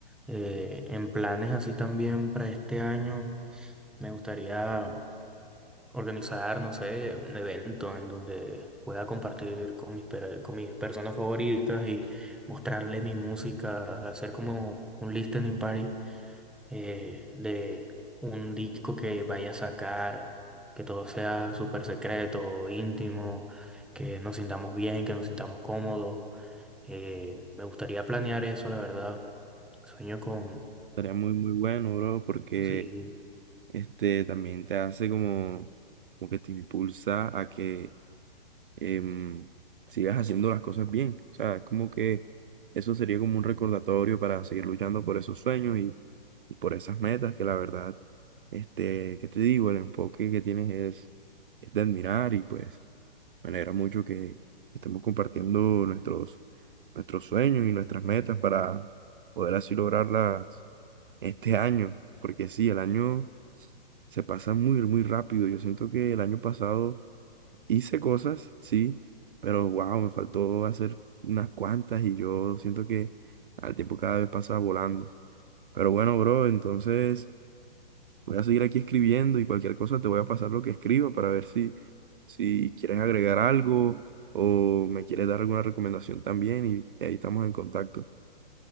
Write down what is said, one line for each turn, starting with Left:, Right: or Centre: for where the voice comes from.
Centre: Eh, en planes así también para este año, me gustaría organizar, no sé, un evento en donde pueda compartir con mis, per- con mis personas favoritas y mostrarle mi música, hacer como un listening party eh, de un disco que vaya a sacar, que todo sea súper secreto, íntimo, que nos sintamos bien, que nos sintamos cómodos. Eh, me gustaría planear eso, la verdad. Sueño con...
Right: Estaría muy, muy bueno, bro, porque
Centre: Sí.
Right: este también te hace como, como que te impulsa a que em, sigas haciendo las cosas bien. O sea, es como que eso sería como un recordatorio para seguir luchando por esos sueños y, y por esas metas que la verdad, este, que te digo, el enfoque que tienes es, es de admirar y pues me alegra mucho que estemos compartiendo nuestros, nuestros sueños y nuestras metas para poder así lograrlas este año, porque sí, el año se pasa muy, muy rápido. Yo siento que el año pasado Hice cosas, sí, pero wow, me faltó hacer unas cuantas y yo siento que al tiempo cada vez pasa volando. Pero bueno, bro, entonces voy a seguir aquí escribiendo y cualquier cosa te voy a pasar lo que escribo para ver si, si quieres agregar algo o me quieres dar alguna recomendación también y ahí estamos en contacto.